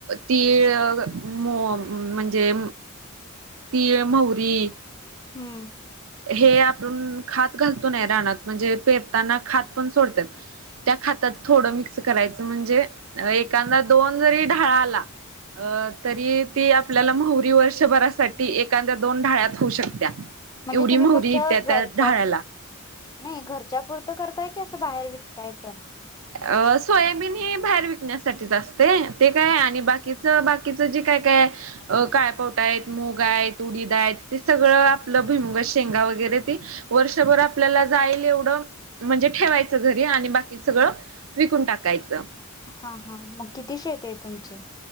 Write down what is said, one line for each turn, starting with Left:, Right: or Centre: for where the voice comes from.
Right: तीळ मो अं म्हणजे तीळ, म्हवरी
Left: हम्म.
Right: हे आपण खात घालतो नाही रानात म्हणजे पेरताना खात पण सोडत्यात. त्या खातातं थोडं मिक्स करायचं म्हणजे एखादा दोन जरी ढाळा आला अ तरी ती आपल्याला म्हवरी वर्षभरासाठी एखाद्या दोन ढाळ्यात होऊ शकत्या.
Left: म्हणजे
Right: एवढी
Left: तुम्ही
Right: मोहरी
Left: फक्त
Right: येत्या त्या
Left: घरच्या
Right: ढाळ्याला
Left: नाही घरच्या पुुरतं करताय की असं बाहेर विकताय पण.
Right: अ सोयाबीन हे बाहेर विकण्यासाठीच असतंय. ते काय आणि बाकीचं बाकीचं जे काय काय अ काळपावटा आहेत, मुग आहेत, उडीद आहेत ते सगळं आपलं भुईमुगा च्या शेंगा वगैरे ते. वर्षभर आपल्याला जायल एवढं म्हणजे ठेवायचं घरी आणि बाकीच सगळं विकून टाकायचं.
Left: हा हा. मग किती शेती आहे तुमची?